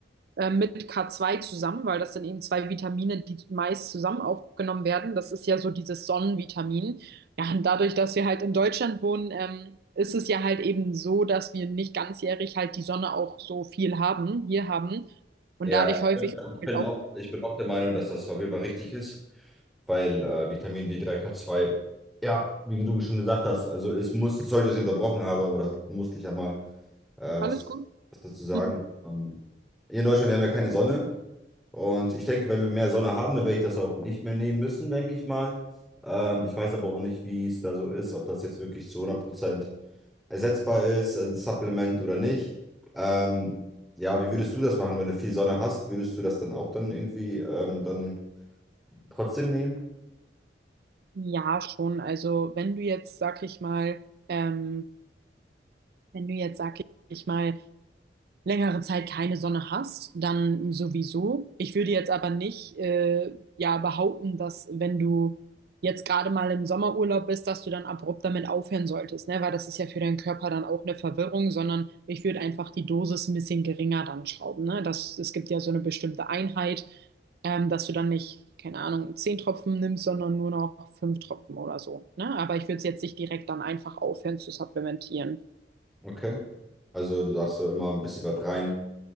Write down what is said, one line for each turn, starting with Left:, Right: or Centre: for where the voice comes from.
Right: äh, mit K2 zusammen, weil das sind eben zwei Vitamine, die meist zusammen aufgenommen werden. Das ist ja so dieses Sonnenvitamin. Ja, und dadurch, dass wir halt in Deutschland wohnen, ähm, ist es ja halt eben so, dass wir nicht ganzjährig halt die Sonne auch so viel haben, hier haben. Und
Centre: Ja,
Right: dadurch häufig
Centre: ich bin
Right: halt auch.
Centre: auch, ich bin auch der Meinung, dass das auf jeden Fall richtig ist, weil äh, Vitamin D3, K2, ja, wie du schon gesagt hast, also es muss, sorry, dass ich unterbrochen habe, aber da musste ich ja mal äh,
Right: Alles
Centre: was,
Right: gut?
Centre: was dazu sagen.
Right: <laughs>
Centre: Ähm, hier in Deutschland, wir haben ja keine Sonne Und ich denke, wenn wir mehr Sonne haben, dann werde ich das auch nicht mehr nehmen müssen, denke ich mal. Ähm, ich weiß aber auch nicht, wie es da so ist, ob das jetzt wirklich zu 100% ersetzbar ist, also ein Supplement oder nicht. Ähm, ja, wie würdest du das machen, wenn du viel Sonne hast? Würdest du das dann auch dann irgendwie ähm, dann trotzdem nehmen?
Right: Ja, schon. Also wenn du jetzt, sag ich mal, ähm, wenn du jetzt, sag ich mal, längere Zeit keine Sonne hast, dann sowieso. Ich würde jetzt aber nicht äh, ja behaupten, dass wenn du jetzt gerade mal im Sommerurlaub bist, dass du dann abrupt damit aufhören solltest, ne? Weil das ist ja für deinen Körper dann auch eine Verwirrung, sondern ich würde einfach die Dosis ein bisschen geringer dann schrauben, ne? Das, es gibt ja so eine bestimmte Einheit, ähm, dass du dann nicht, keine Ahnung, zehn Tropfen nimmst, sondern nur noch fünf Tropfen oder so, ne? Aber ich würde es jetzt nicht direkt dann einfach aufhören zu supplementieren.
Centre: Okay. Also du sagst so immer ein bisschen was rein,